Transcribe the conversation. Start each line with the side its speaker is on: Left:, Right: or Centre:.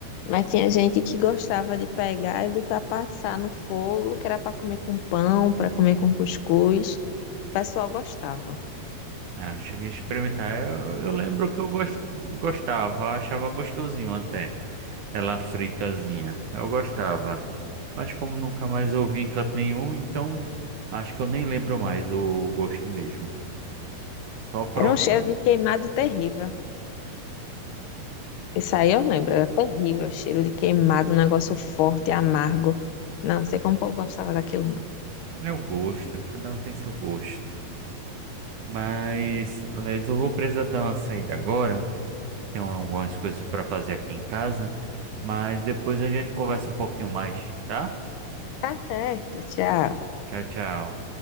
Left: Mas tinha gente que gostava de pegar e botar passar no fogo, que era para comer com pão, para comer com cuscuz. O pessoal gostava.
Right: Ah, eu cheguei a experimentar. Eu, eu lembro que eu gost, gostava, eu achava gostosinho até. Ela fritazinha. Eu gostava. Mas como nunca mais eu vi em canto nenhum, então acho que eu nem lembro mais o gosto mesmo. Só provando.
Left: Era um cheiro de queimado terrível. Isso aí eu lembro, era terrível, cheiro de queimado, um negócio forte, amargo. Não, não sei como o povo gostava daquilo, não.
Right: É o gosto, cada um tem seu gosto. Mas, Les, eu vou precisar dar uma saída agora. Tenho algumas coisas para fazer aqui em casa. Mas depois a gente conversa um pouquinho mais, tá?
Left: Tá certo, tchau.
Right: Tchau, tchau.